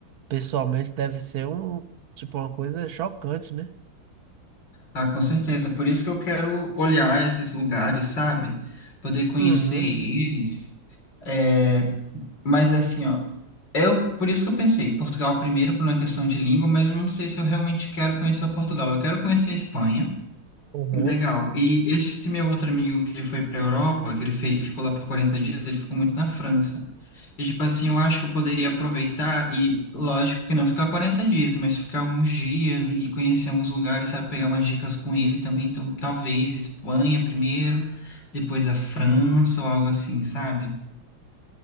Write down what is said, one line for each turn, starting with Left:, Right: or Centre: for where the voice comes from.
Right: pessoalmente deve ser um, tipo, uma coisa chocante, né?
Left: Ah, com certeza. Por isso que eu quero olhar esses lugares, sabe? Poder conhecer
Right: Uhum.
Left: eles. É, Mas assim, ó, eu por isso que eu pensei, Portugal primeiro por uma questão de língua, mas eu não sei se eu realmente quero conhecer Portugal. Eu quero conhecer a Espanha.
Right: Uhum.
Left: Legal. E esse meu outro amigo que ele foi para a Europa, que ele fe- ficou lá por 40 dias, ele ficou muito na França. E, tipo assim, eu acho que eu poderia aproveitar e, lógico que não ficar 40 dias, mas ficar alguns dias e conhecer alguns lugares, sabe? Pegar umas dicas com ele também. Então, talvez Espanha primeiro, depois a França ou algo assim, sabe?